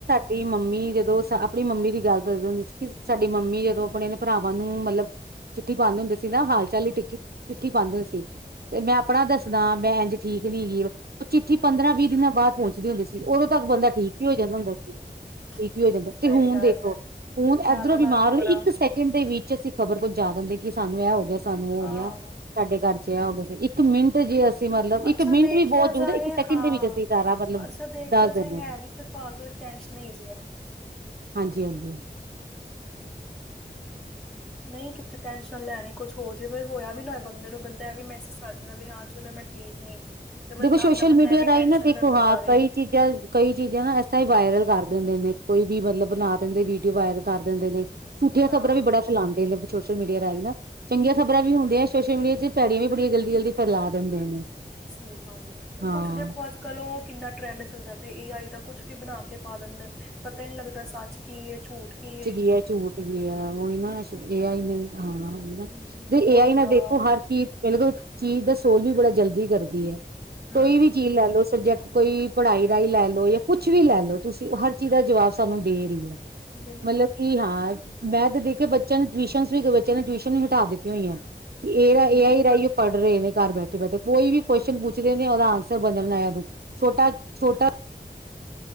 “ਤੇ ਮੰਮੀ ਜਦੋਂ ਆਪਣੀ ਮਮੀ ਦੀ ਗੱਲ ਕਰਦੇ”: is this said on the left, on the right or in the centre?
Right